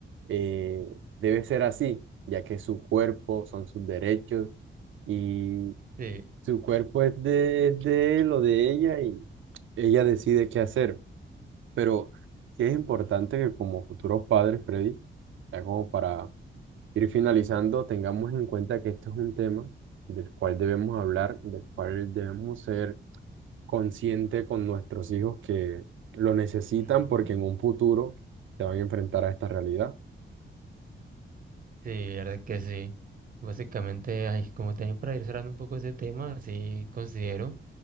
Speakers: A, on the right (about 75°); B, on the right (about 45°).
A: eh, debe ser así, ya que su cuerpo son sus derechos. Y
B: Sí,
A: su cuerpo es de, es de él o de ella y ella decide qué hacer. Pero sí es importante que como futuros padres, Freddy, ya como para ir finalizando, tengamos en cuenta que esto es un tema del cual debemos hablar, del cual debemos ser conscientes con nuestros hijos que lo necesitan
B: ujú,
A: porque en un futuro se van a enfrentar a esta realidad.
B: Sí, la verdad que sí. Básicamente, ay, como también para ir cerrando un poco ese tema, sí considero.